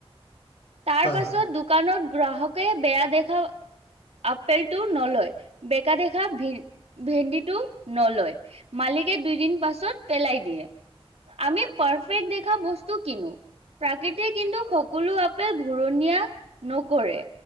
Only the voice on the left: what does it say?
হয়
হয় হয়